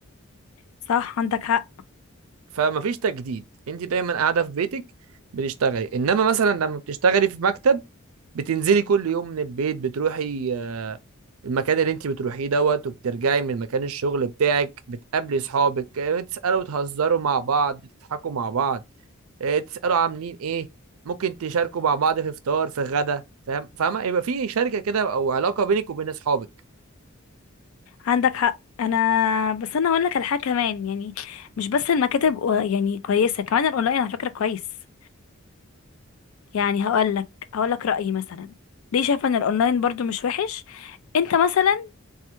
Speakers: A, on the left; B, on the right.
A: صح عندك حق
B: فمفيش تجديد انت دايما قاعده في بيتك بتشتغلي انما مثلا لما بتشتغلي في مكتب بتنزلي كل يوم من البيت بتروحي آه، المكان اللي انت بتروحيه دوت وبترجعي من مكان الشغل بتاعك بتقابلي صحابك آه، تسألوا وتهزروا مع بعض تضحكوا مع بعض آه، تسألوا عاملين ايه ممكن تشاركوا مع بعض في فطار في غدا فاهم فاهمة يبقى في شركة كده او علاقة بينك وبين اصحابك
A: عندك حق انا بس انا هقول لك على حاجة كمان يعني مش بس المكاتب و- يعني كويسة كمان الاونلاين على فكرة كويس يعني هقول لك هقول لك رأيي مثلا ليه شايفة ان الاونلاين برضو مش وحش انت مثلا